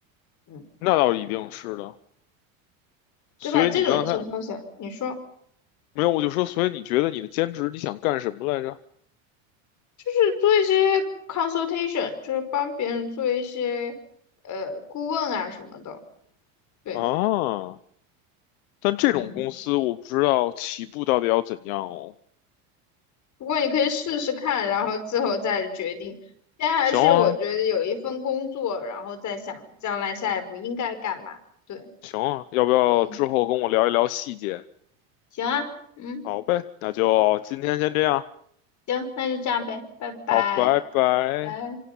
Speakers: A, on the left; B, on the left.
A: 嗯，
B: 那倒一定是的。所以你刚才
A: 对吧？这种情况下，你说。
B: 没有，我就说，所以你觉得你的兼职你想干什么来着？
A: 就是做一些 consultation，就是帮别人做一些呃顾问啊什么的。对，
B: 啊，但这种公司我不知道起步到底要怎样哦。
A: 嗯，不过你可以试试看，然后最后再决定。先还是我觉得有一份工作，
B: 行啊，
A: 然后再想将来下一步应该干嘛。对，
B: 行啊，要不要之后跟我聊一聊细节？
A: 嗯，行啊，嗯，
B: 好呗，那就今天先这样。
A: 行，那就这样呗，拜拜。
B: 好，拜拜。
A: 拜。